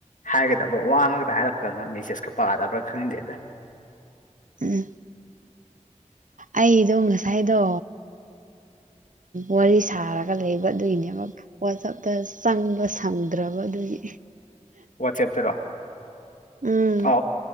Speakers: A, on the left (about 80°); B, on the right (about 80°).
A: ꯍꯥꯏꯒꯗꯕ꯭ꯔꯥ ꯋꯥ ꯉꯥꯛꯇ ꯍꯥꯏꯔꯛꯛꯇꯗꯅ ꯃꯦꯁꯦꯁ ꯈ ꯄꯥꯗꯕ꯭ꯔꯥ ꯈꯪꯗꯦꯗ
B: ꯎꯝ ꯑꯩꯗꯣ ꯉꯁꯥꯏꯗꯣ ꯋꯥꯔꯤ ꯁꯥꯔꯒ ꯂꯩꯕ ꯑꯗꯨꯒꯤꯅꯦꯕ ꯋꯥꯆꯞꯇ ꯆꯪꯕ ꯁꯪꯗ꯭ꯔꯕ ꯑꯗꯨꯒꯤ
A: ꯋꯥꯆꯦꯞꯇꯔꯣ
B: ꯎꯝ
A: ꯑ